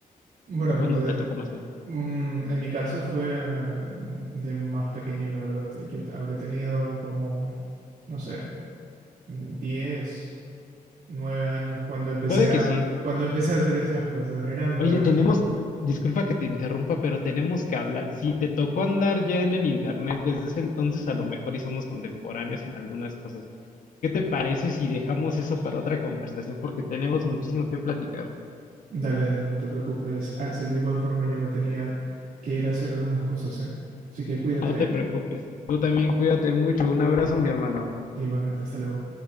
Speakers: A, on the right; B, on the left.
A: bueno,
B: o
A: como
B: cuando
A: te,
B: te tocó más bien.
A: mm, en mi caso fue eh, m- de más pequeño, la verdad. Yo te- habré tenido como, no sé, 10 9 años cuando empecé
B: Puede
A: a
B: que sí.
A: cuando empecé a hacer esas cosas. Eran
B: Oye,
A: buenas
B: tenemos, disculpa que te interrumpa, pero tenemos que hablar. Si te tocó andar ya en el internet desde ese entonces, a lo mejor y somos contemporáneos en algunas cosas. ¿Qué te parece si dejamos eso para otra conversación? Porque tenemos muchísimo que platicar.
A: Dale, dale, no te preocupes. Axel, de igual forma ya me tenía que ir a hacer algunas cosas, ¿eh? Así que cuídate,
B: No te
A: ¿eh?
B: preocupes. Tú también cuídate mucho. Un abrazo, mi hermano.
A: Igualmente, hasta luego.